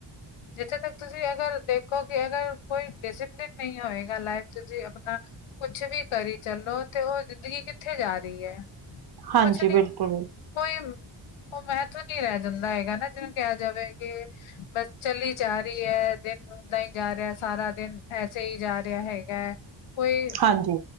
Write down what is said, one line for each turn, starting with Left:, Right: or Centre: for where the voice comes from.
Left: ਜਿੱਥੇ ਤਕ ਤੁਸੀ ਅਗਰ ਦੇਖੋ ਕਿ ਅਗਰ ਕੋਈ ਡਿਸਪਲਿਨ ਨਹੀਂ ਹੋਏਗਾ ਲਾਈਫ ਤੁਸੀ ਅਪਣਾ ਕੁਛ ਵੀ ਕਰੀ ਚੱਲੋ ਤੇ ਉਹ ਜ਼ਿੰਦਗੀ ਕਿੱਥੇ ਜਾ ਰਹੀ ਏ। ਕੁਛ
Right: ਹਾਂਜੀ,
Left: ਨਹੀਂ
Right: ਬਿਲਕੁਲ,
Left: ਕੋਈ ਉਹ ਮੈਂ ਤਾਂ ਨੀ ਰਹਿ ਜਾਂਦਾ ਹੈਗਾ ਨਾ, ਜਿਹਨੂੰ ਕਿਹਾ ਜਾਵੇ ਕੇ ਬਸ ਚਲੀ ਜਾ ਰਹੀ ਏ ਦੇਖੋ ਹੁੰਦਾ ਹੀ ਜਾ ਰਿਹਾ ਸਾਰਾ ਦਿਨ, ਐਸੇ ਹੀ ਜਾ ਰਿਹਾ ਹੈਗੈ। ਕੋਈ
Right: ਹਾਂਜੀ,